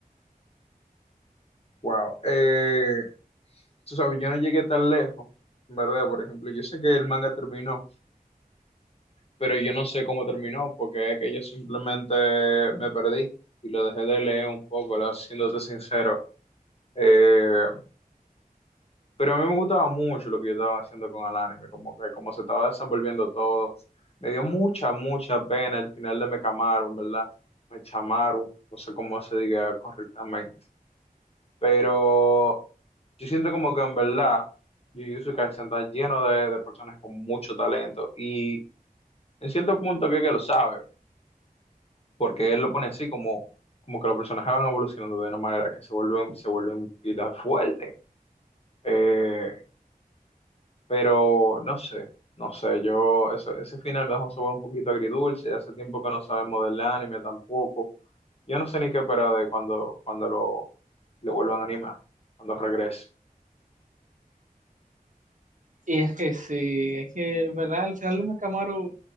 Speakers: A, on the left; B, on the right.
A: Wow. Eh, tú sabes, yo no llegué tan lejos, ¿verdad? Por ejemplo, yo sé que el manga terminó, pero yo no sé cómo terminó, porque es que yo simplemente me perdí y lo dejé de leer un poco, la- siéndote sincero. Eh, Pero a mí me gustaba mucho lo que yo estaba haciendo con el anime, como que como se estaba desenvolviendo todo. Me dio mucha, mucha pena el final de Mekamaru, en verdad. Mechamaru, no sé cómo se diga correctamente. Pero yo siento como que en verdad Jujutsu Kaisen está lleno de, de personas con mucho talento y en cierto punto creo que lo sabe, porque él lo pone así como, como que los personajes van evolucionando de una manera que se vuelven, se vuelven pilas fuertes. Eh, Pero no sé, no sé, yo ese ese final me dejó un sabor un poquito agridulce, hace tiempo que no sabemos del anime tampoco. Yo no sé ni qué esperar de cuando, cuando lo, lo vuelvan a animar, cuando regrese.
B: Y es que sí, es que en verdad al final de Camaro